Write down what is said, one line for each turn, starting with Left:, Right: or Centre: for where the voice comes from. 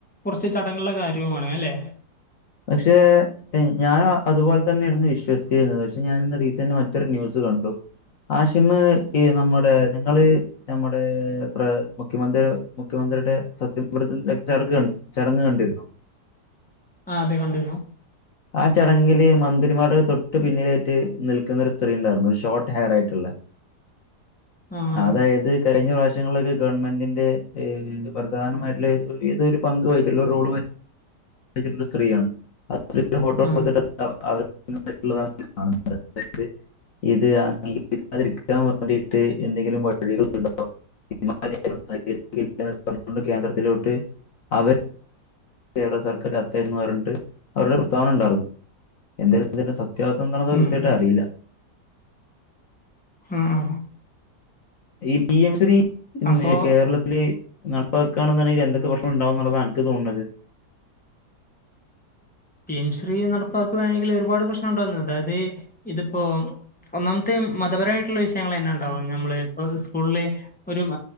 Centre: കുറച്ച് ചടങ്ങുകളുടെ കാര്യവുമാണ് അല്ലേ
Left: പക്ഷേ ഏ ഞാൻ അതുപോലെ തന്നെയായിരുന്നു വിശ്വസിച്ചരുന്നത് പക്ഷെ ഞാനിന്ന് റീസെറ് മറ്റൊരു ന്യൂസ് കണ്ടു ആശ്യമ്മ ഈ നമ്മുടെ നിങ്ങള് നമ്മുടെ പ്ര മുഖ്യമന്ത്രി മുഖ്യമന്ത്രിയുടെ സത്യ പ്രേതിജ്ഞ ചടക് ചടങ്ങ് കണ്ടിരുന്നോ
Centre: ആ അതെ കണ്ടിരുന്നു
Left: ആ ചടങ്ങില് മന്ത്രിമാരു തൊട്ട് പിന്നിലായിട്ട് നിൽക്കുന്ന ഒരു സ്ത്രീ ഉണ്ടായിരുന്നു ഒരു ഷോർട്ട് ഹെയർ ആയിട്ടുള്ള
Centre: ആഹ്
Left: അതായത് കഴിഞ്ഞ പ്രാവശ്യം ശങ്ങളൊരൂ ഗവൺമെന്റിന്റെ ഏ പ്രധാനമായിട്ടുള്ള ഇതരു പങ്ക് വഹിച്ച് റൂള് വാഹിച്ച് എജുള്ള സ്ത്രീയാണ് ച്ച്ന്റെ ഫോട്ടോസൊക്കെ
Centre: ആഹ്
Left: എടുത്തണ് അവർ <unintelligible> കാണുന്നത് അതായത് ഇത് അംഗീകരിക്കാതിരിക്കാൻ വേണ്ടിയിട്ട് എന്തെങ്കിലും വഴികൾ ഉണ്ടോ <unintelligible> കേന്ദ്രത്തിലോട്ട് അവർ കേരള സർക്കാർ അത്യാൻമാർ ഉണ്ട് അവരുടെ പ്രസ്താവന ഉണ്ടായിരുന്നു എന്തായാലും ഇതിന്റെ സ ത്യാവ്സ്ഥ എന്തണത് കൃത്യയിട്ട്
Centre: ഉം
Left: അറിയില്ല
Centre: ആ ആ
Left: ഈ പി എം ശ്രീ ഇന്ന്
Centre: അപ്പോ
Left: കേരളത്തിലെ നടപ്പ കണെന്നുണ്ടെങ്കിൽ എന്തൊക്കെ പ്രശ്നംഉണ്ടാവുന്നുള്ളതാണ് അനക്ക് തോന്നത്
Centre: പിം ശ്രീ നടപ്പാക്കുകയാണെങ്കിൽ ഒരുപാട് പ്രശ്നം ഉണ്ടാകുന്നത് അതായത് ഇത് അപ്പോ ഒന്നാമത്തെ മതപരമായിട്ടുള്ള വിഷയങ്ങൾ തന്നെ ഉണ്ടാവോ നമ്മള ഇപ്പോ സ്കൂളെ ഒരു